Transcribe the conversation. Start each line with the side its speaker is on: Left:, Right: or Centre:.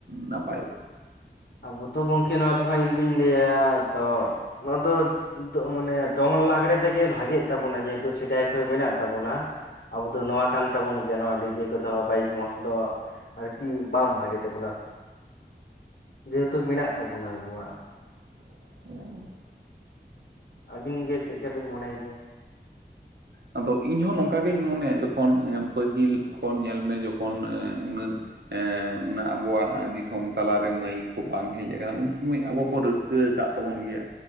Right: ᱱᱟᱯᱟᱭᱚᱜᱼᱟ?
Left: ᱟᱵᱚ ᱛᱚ ᱜᱚᱝᱠᱮ ᱱᱚᱣᱟ ᱫᱚ ᱦᱟᱸᱜ ᱤᱧ ᱫᱩᱧ ᱞᱟᱹᱭᱟ ᱛᱚ ᱱᱚᱣᱟ ᱫᱚ ᱫᱚᱜ ᱢᱟᱱᱮ ᱫᱚᱝ ᱞᱟᱜᱽᱲᱮ ᱛᱮᱜᱮ ᱵᱷᱟᱜᱮᱜ ᱛᱟᱵᱚᱱᱟ ᱡᱮᱦᱮᱛᱩ ᱥᱮᱫᱟᱭ ᱠᱷᱚᱡ ᱢᱮᱱᱟᱜ ᱛᱟᱵᱚᱱᱟ ᱾ ᱟᱵᱚ ᱫᱚ ᱱᱚᱣᱟ ᱠᱟᱱ ᱛᱟᱵᱚᱱ ᱜᱮᱭᱟ ᱱᱚᱣᱟ ᱰᱤᱡᱮ ᱠᱚᱫᱚ ᱵᱟᱭᱤᱠ ᱢᱚᱸᱡᱽ ᱫᱚ ᱾ ᱟᱨ ᱠᱤ ᱵᱟᱝ ᱵᱷᱟᱜᱮ ᱛᱟᱵᱚᱱᱟ ᱾ ᱡᱮᱦᱮᱛᱩ ᱢᱮᱱᱟᱜ ᱛᱟᱵᱚᱱᱟ ᱟᱵᱚᱣᱟᱜ ᱾
Right: <inaudible>
Left: ᱟᱹᱵᱤᱱ ᱜᱮ ᱪᱮᱜᱠᱟ ᱵᱤᱱ ᱢᱚᱱᱮᱭ ᱜᱮᱭᱟ?
Right: ᱟᱫᱚ ᱤᱧᱦᱚᱸ ᱱᱚᱝᱠᱟ ᱜᱤᱧ ᱢᱚᱱᱮᱭᱟ ᱡᱚᱠᱷᱚᱱ ᱯᱟᱹᱦᱤᱞ ᱠᱷᱚᱱ ᱧᱮᱞ ᱢᱮ ᱡᱚᱠᱷᱚᱱ ᱩᱱᱟᱹᱜ ᱮ ᱚᱱᱟ ᱟᱵᱚᱣᱟᱜ ᱫᱤᱥᱚᱢ ᱛᱟᱞᱟᱨᱮ ᱢᱟᱹᱭᱤᱠ ᱠᱚ ᱵᱟᱝ ᱦᱮᱡ ᱠᱟᱱᱟ ᱩᱱ ᱥᱚᱢᱚᱭ ᱟᱵᱚ ᱠᱚ ᱨᱟᱹᱥ ᱠᱟᱹ ᱟᱠᱟᱫ ᱛᱟᱵᱚᱱ ᱜᱮᱭᱟ